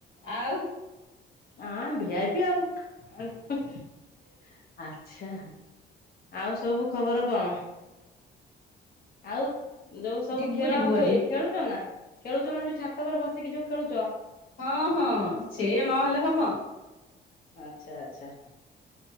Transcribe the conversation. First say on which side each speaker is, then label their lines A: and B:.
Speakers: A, on the left; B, on the left.
A: ଆଉ
B: ଆଁ ଭିଆପି ଆଉ <unintelligible> ଆଚ୍ଛା ଆଉ ସବୁ ଖବର କଣ? ଆଉ ଯୋଉ ସବୁ
A: ଯିବୁ
B: ଖେଳ
A: ଯିବୁ
B: ହୁଏ,
A: ଆଜି
B: ଖେଳୁଛ ନା। ଖେଳୁଛି ନା ଯୋଉ ଛାତ ଉପରେ ବସିକି ଯୋଉ ଖେଳୁଥିଲ।
A: ହଁ ହଁ ସେ ନହେଲେ ହବ।
B: ଆଚ୍ଛା ଆଚ୍ଛା।